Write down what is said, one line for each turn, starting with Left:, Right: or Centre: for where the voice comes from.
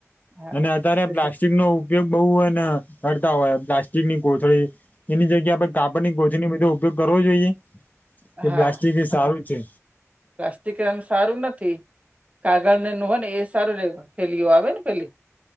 Right: હા
Left: અને અત્યારે
Right: તે
Left: પ્લાસ્ટિક
Right: સા
Left: નો ઉપયોગ બહુ એને કરતા હોય પ્લાસ્ટિકની કોથળી એની જગ્યા આપણે
Right: હમ,
Left: કાપડ ની કોથળી નો બધો ઉપયોગ કરવો જોઈએ કે
Right: હા
Left: પ્લાસ્ટિક એ સારું છે.
Right: પ્લાસ્ટિક એ આમ સારું નથી. કાગળ ને એનો હોય ને એ સારું રહે થેલીઓ આવે ને પેલી.